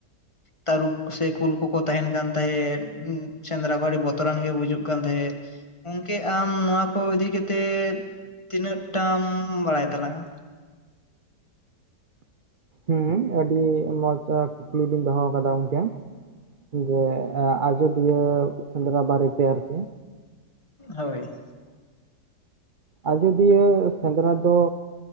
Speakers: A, on the left; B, on the right.
A: ᱛᱟᱹᱨᱩᱵ ᱥᱮ ᱠᱩᱞ ᱠᱚᱠᱚ ᱛᱟᱸᱦᱮᱱ ᱠᱟᱱ ᱛᱟᱦᱮᱸᱫ ᱦᱩ ᱥᱮᱸᱫᱽᱨᱟ ᱠᱚ ᱟᱹᱰᱤ ᱵᱚᱛᱚᱨᱟᱱ ᱜᱮ ᱵᱩᱡᱩᱜ ᱠᱟᱱ ᱛᱟᱦᱮᱸᱫ᱾ ᱜᱚᱢᱠᱮ ᱟᱢ ᱱᱚᱣᱟ ᱠᱚ ᱤᱫᱤᱠᱟᱛᱮᱜ ᱛᱤᱱᱟᱹᱜ ᱴᱟᱻᱢ ᱵᱟᱲᱟᱭ ᱛᱟᱞᱟᱝ ᱟ᱾
B: ᱦᱮᱸ ᱟᱹᱰᱤ ᱢᱚᱸᱡᱽ ᱠᱩᱠᱞᱤ ᱵᱤᱱ ᱫᱚᱦᱚ ᱟᱠᱟᱫᱟ ᱜᱚᱢᱠᱮ᱾ ᱡᱮ ᱟᱡᱚᱫᱤᱭᱟᱹ ᱥᱮᱸᱫᱽᱨᱟ ᱵᱟᱨᱮ ᱛᱮ ᱟᱨᱠᱤ
A: ᱦᱳᱭ᱾
B: ᱟᱡᱳᱫᱤᱭᱟᱹ ᱥᱮᱸᱫᱽᱨᱟ ᱫᱚ